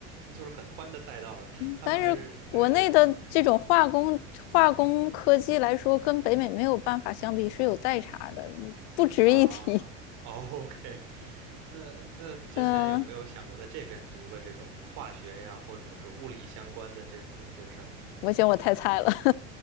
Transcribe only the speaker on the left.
但是国内的这种化工化工科技来说，跟北美没有办法相比，是有代差的，不值一提。
嗯、呃
我嫌我太菜了，